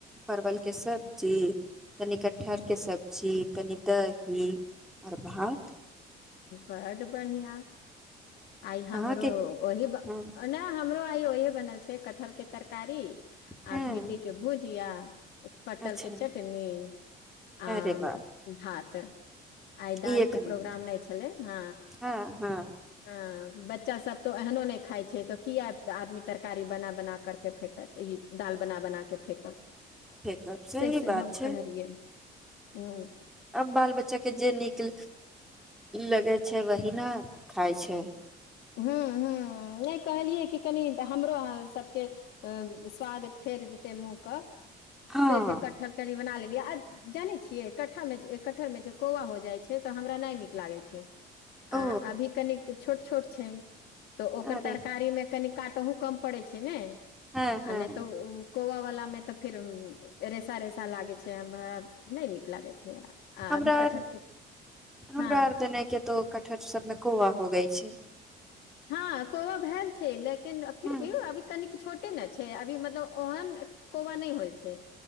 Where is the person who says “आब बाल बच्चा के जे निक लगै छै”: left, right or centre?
Centre